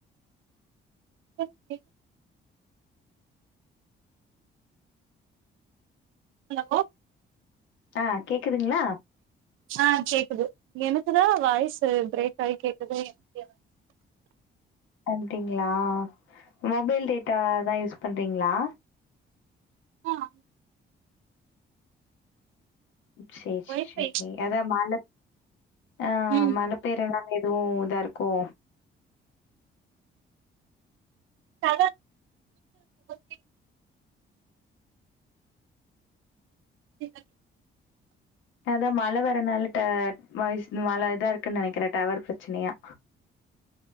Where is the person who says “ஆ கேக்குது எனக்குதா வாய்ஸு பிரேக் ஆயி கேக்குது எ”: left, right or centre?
Right